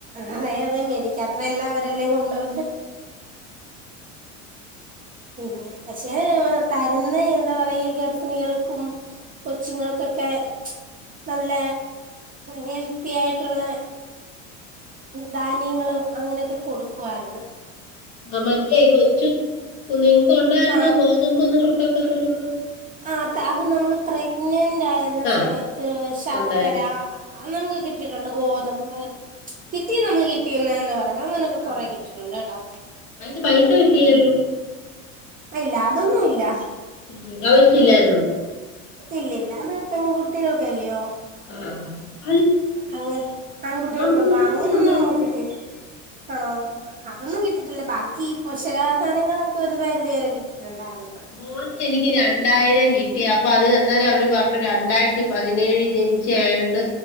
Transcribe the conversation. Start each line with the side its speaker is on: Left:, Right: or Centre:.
Right: അതെ അതെ മേടിക്കാത്ത എല്ലാം അവരെല്ലേ കൊണ്ടു പോകുന്നേ പിന്നെ പക്ഷേ തരുന്ന എന്താ പറയാ ഈ ഗർഭിണികൾക്കും- കൊച്ചിങ്ങൾക്കൊക്കെ- നല്ല ഹെൽത്തി ആയിട്ടുള്ള ധാന്യങ്ങളും അങ്ങനെയൊക്കെ കൊടുക്കു വായിരുന്നു
Left: ആഹ് മറ്റേ കൊച്ചു നിങ്ങക്ക് ഉണ്ടായിരുന്ന
Right: ആ
Left: ഗോതമ്പ് നുറുക്ക് ഒക്കെ തരുമോ
Right: ആഹ് അത് നമ്മള് പ്രഗ്നന്റ് ആയിരുന്ന
Left: ആ
Right: സമയത്ത് ശർക്കര
Left: ഉണ്ടായിരുന്നു
Right: അത് നമുക്ക് കിട്ടിട്ടുണ്ട് ഗോതമ്പ് കിട്ടിയ നമ്മള് കിട്ടിയെന്ന് തന്നെ പറയണം അങ്ങനെയൊക്കെ
Left: ആഹ്
Right: കൊറെ കിട്ടിയിട്ടുണ്ട് കേട്ടോ
Left: അതിന്റെ പൈസ കിട്ടിയായിരുന്നോ
Right: ഉം ഇല്ല അതൊന്നും ഇല്ല
Left: ഇവ്ടെവെച്ച് ഇില്ലായിരുന്നു
Right: ഇല്ല ഇല്ല അത് പെൺകുട്ടികൾക്കല്ലയോ
Left: ആഹ്
Right: അങ്ങെ ആൺകുട്ടികൾക്കുണ്ടോ
Left: പിള്ളേർക്കും
Right: അങ്ങനെ
Left: ഉണ്ടായിരുന്നു
Right: ഒന്നും നമുക്ക് കിട്ടിയിട്ടില്ല ആണോ അതൊന്നും കിട്ടിട്ടില്ല ബാക്കി ഈ പോഷകാഹാരങ്ങളൊക്കെ ഒരു പരിധി വരെ കിട്ടിയിട്ടുണ്ടായിരുന്നു
Left: മോന് എനിക്ക് രണ്ടായിരം കിട്ടി അപ്പൊ അവര് അന്നേരം അവര് പറഞ്ഞു രണ്ടായിരത്തി പതിനേഴിൽ ജനി തീച്ചയായണ്ട്